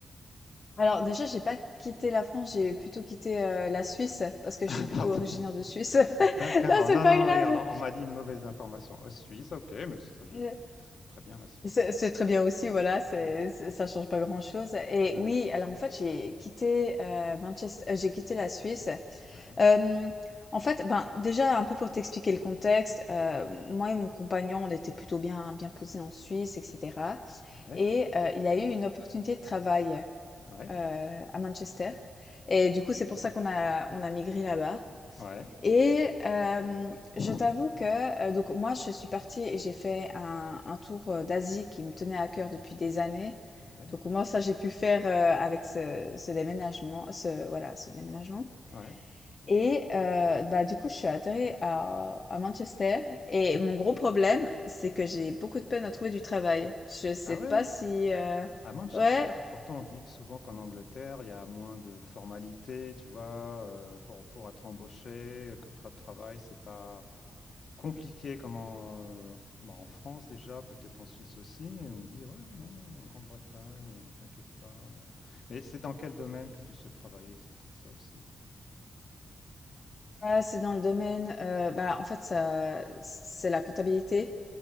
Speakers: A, on the left; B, on the left.
A: Alors déjà, j'ai pas quitté la France, j'ai plutôt quitté, heu, la Suisse parce que
B: <laughs>
A: je suis plutôt
B: Pardon.
A: originaire de Suisse. <laughs>
B: D'accord.
A: Non, c'est
B: Non,
A: pas
B: non,
A: grave.
B: oui, on, on m'a dit une mauvaise information. Euh, Suisse, ok, mais c'est très, joli.
A: Heu,
B: très bien la Suisse
A: c'est
B: aussi.
A: c'est très bien aussi, voilà, c'est
B: Ouais,
A: c'est ça change pas grand-chose et
B: ouais,
A: oui, alors en fait, j'ai quitté, heu, Manchest heu, j'ai quitté la Suisse.
B: ouais,
A: Hem, en fait, ben, déjà un peu pour t'expliquer le contexte, heu, moi et mon compagnon, on était plutôt bien bien posés en Suisse et cetera
B: ouais,
A: et heu, il a eu une opportunité de travail.
B: ouais,
A: heu, à Manchester et du coup, c'est pour ça qu'on a on a migré là-bas
B: ouais,
A: et hem, je
B: ouais,
A: t'avoue que, heu, donc moi, je suis partie et j'ai fait un un tour, heu, d'Asie qui me tenait à cœur depuis des années.
B: ouais,
A: Donc moi ça, j'ai pu faire, heu, avec ce ce déménagement ce voilà, ce déménagement
B: ouais.
A: et heu, bah, du coup, je suis atterrie à à Manchester et
B: Hmm.
A: mon gros problème, c'est
B: C'est-
A: que j'ai beaucoup de peine à trouver du travail. Je sais
B: Ah ouais?
A: pas si, heu
B: À Manchester,
A: ouais,
B: pourtant, on dit que souvent qu'en Angleterre, il y a moins de formalités, tu vois, euh, pour, pour être embauché, euh, contrat de travail, c'est pas compliqué comme en, euh, bah, en France déjà, peut-être en Suisse aussi. et On dit, ouais, non, en Grande-Bretagne, euh, t'inquiète pas. Mais c'est dans quel domaine que tu souhaites travailler? C'est peut-être ça aussi.
A: Ah, c'est dans le domaine, heu, bah, en fait, ça c'est la comptabilité